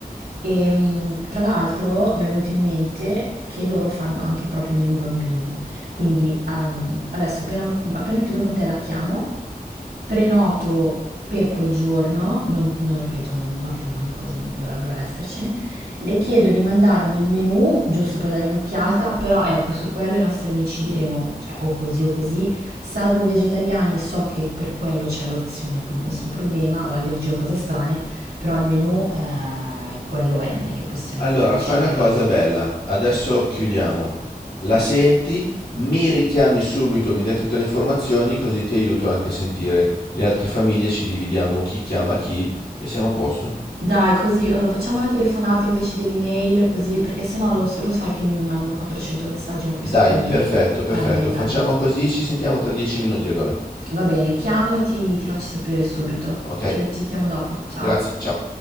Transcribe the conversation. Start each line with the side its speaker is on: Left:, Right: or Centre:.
Right: E mh, tra l'altro mi è venuto in mente che loro fanno anche proprio il menù bambino, quindi ehm, adesso appena, appena chiudo con te la chiamo prenoto per quel giorno, non, non- ripeto, non- matrimoni quasi non dovrebbero essercene, le chiedo di mandarmi il menù, giusto per dargli un'occhiata, però ecco, su quello i nostri amici diremo, cioè o così o così, salvo vegetariani, so che per quello c'è l'opzione, quindi nessun problema, o allergie o cose strane, però il menù eh, quello è, non è che possiamo
Left: Allora,
Right: decidere
Left: fai una cosa
Right: grandi
Left: bella, adesso chiudiamo. La senti, mi richiami subito, mi dai tutte le informazioni, così ti aiuto anche a sentire le altre famiglie, ci dividiamo chi chiama chi e siamo a posto.
Right: Dai, così, allora facciamo la telefonata invece dell'email, così, perché sennò lo, so, lo sai che mi mandano 400 messaggi, non
Left: Dai,
Right: capisco più niente.
Left: perfetto, perfetto.
Right: Va bene, dai.
Left: Facciamo così, ci sentiamo tra dieci minuti allora.
Right: Va bene, chiamo e ti, ti faccio sapere subito.
Left: Ok,
Right: Ci ci sentiamo dopo. Ciao.
Left: grazie, ciao.